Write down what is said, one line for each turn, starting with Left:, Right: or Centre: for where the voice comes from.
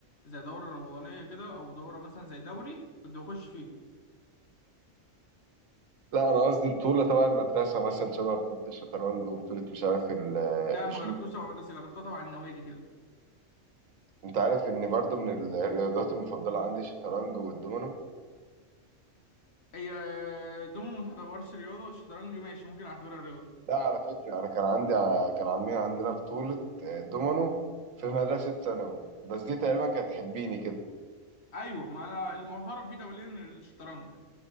Left: زي دورة رمضانية كده أو دورة مثلا زي دوري كنت بخش فيه
Right: لا أنا قصدي بطولة تبع المدرسة مثلا شبه بطولة الشطرنج وبطولة مش عارف ال-
Left: لا
Right: الجودو
Left: ما جربتوش تبع مدرسة جربتها تبع النوادي كده
Right: أنت عارف إن برضو من الرياضات المفضلة عندي الشطرنج والدومينو
Left: هي دومو ما تعتبرش رياضة الشطرنج ماشي ممكن أعتبرها رياضة
Right: لا على فكرة أنا كان عندي كان عاملين عندنا بطولة آه، دومينو في مدرسة ثانوي بس دي تقريبا كانت تحبيني كده
Left: أيوة ما أنا المعترف بيه دوليا الشطرنج